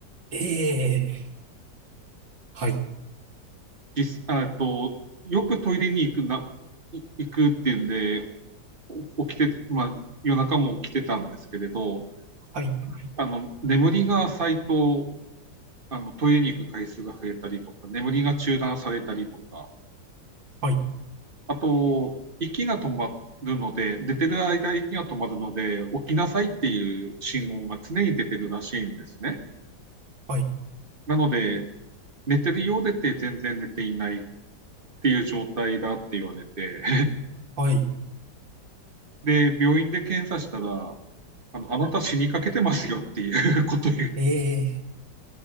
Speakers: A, on the right (about 85°); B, on the right (about 30°).
A: ええはい、
B: 実、あえっと、よくトイレに行くな、い行くっていうんで、お起きて、まあ、夜中も起きてたんですけれど、
A: はい、
B: あの、眠りが浅いと、あの、トイレに行く回数が増えたりとか、眠りが中断されたりとか、
A: はい、
B: あと、息が止まるので、寝てる間息が止まるので、起きなさいっていう信号が常に出てるらしいんですね。
A: はい、
B: なので、寝てるようでって全然寝ていないっていう状態だって言われて、
A: はい。
B: <laughs> で、病院で検査したら、あの、あなた死にかけてますよっていうことを言
A: ええ